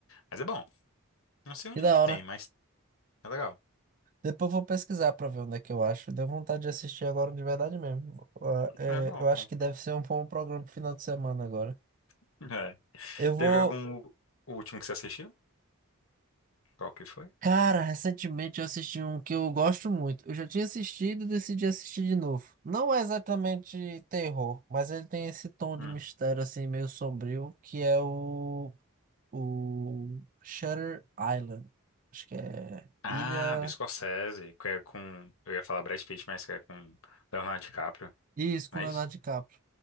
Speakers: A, on the left (about 70°); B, on the right (about 35°).
A: Mas é bom. Não sei onde
B: da
A: é que tem,
B: hora.
A: mas é legal.
B: Depois eu vou pesquisar pra ver onde é que eu acho. Deu vontade de assistir agora de verdade mesmo. Ah, é,
A: É bom,
B: Eu acho
A: bom.
B: que deve ser um bom programa pro final de semana agora.
A: <laughs> É.
B: Eu vou.
A: Teve algum último que você assistiu? Qual que foi?
B: Cara, recentemente eu assisti um que eu gosto muito. Eu já tinha assistido e decidi assistir de novo. Não é exatamente terror, mas ele tem esse tom
A: Hum.
B: de mistério assim, meio sombrio, que é o, o Shutter Island. Acho que é
A: Ah,
B: Ilha.
A: do Scorsese, que é com. Eu ia falar Brad Pitt, mas que é com Leonardo DiCaprio.
B: Isso, com
A: não né?
B: Leonardo DiCaprio.